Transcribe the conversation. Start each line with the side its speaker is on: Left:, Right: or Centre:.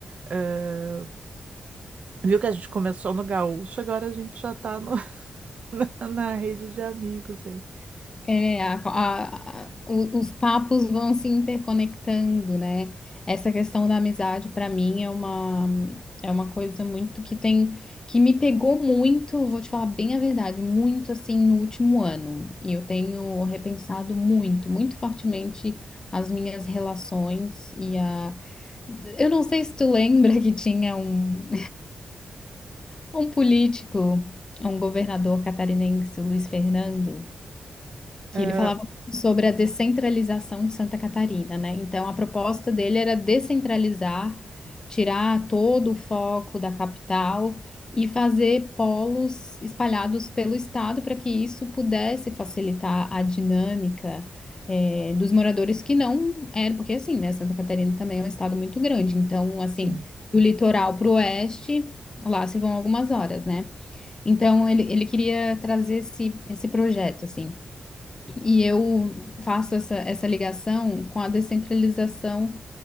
Right: Ah, viu que a gente começou no Gaúcho, agora a gente já tá no- <laughs> na, na rede de amigos, hein.
Left: É, a- a- a- o- os papos vão se interconectando, né? Essa questão da amizade, para mim, é uma, é uma coisa muito que tem, que me pegou muito, vou te falar bem a verdade, muito assim no último ano. E eu tenho repensado muito, muito fortemente as minhas relações e a. Eu não sei se tu lembra que tinha um, um político, um governador catarinense, o Luiz Fernando que
Right: Ah,
Left: ele falava muito sobre a descentralização de Santa Catarina, né? Então, a proposta dele era descentralizar, tirar todo o foco da capital e fazer polos espalhados pelo estado para que isso pudesse facilitar a dinâmica. eh, dos moradores que não eram, porque assim, né, Santa Catarina também é um estado muito grande, então, assim,
Right: sim.
Left: do litoral para o oeste, lá se vão algumas horas, né? Então, ele, ele queria trazer esse, esse projeto, assim. E eu faço essa, essa ligação com a descentralização